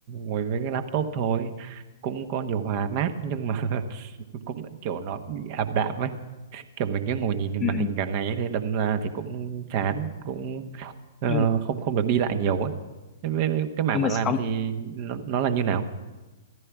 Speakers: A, on the right; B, on the left.
A: ngồi với cái laptop thôi. Cũng có điều hòa mát nhưng mà <laughs> cũng kiểu nó bị ảm đạm ấy. Kiểu mình cứ ngồi nhìn
B: Ừ.
A: màn hình cả ngày ấy, thì đâm ra thì cũng chán, cũng ờ,
B: Nhưng,
A: không không được đi lại nhiều ấy. Thế Cái, cái cái mảng
B: nhưng
A: bạn
B: mà
A: làm
B: ông
A: thì nó, nó là như nào?